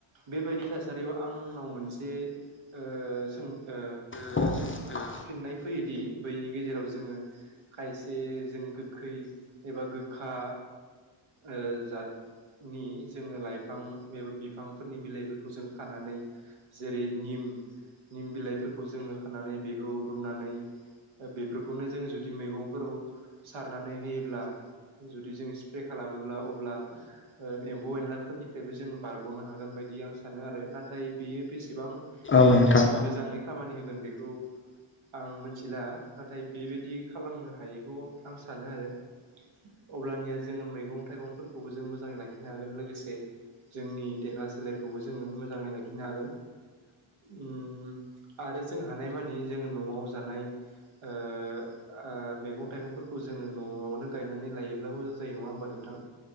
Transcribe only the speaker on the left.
<inaudible>
औ नोंथां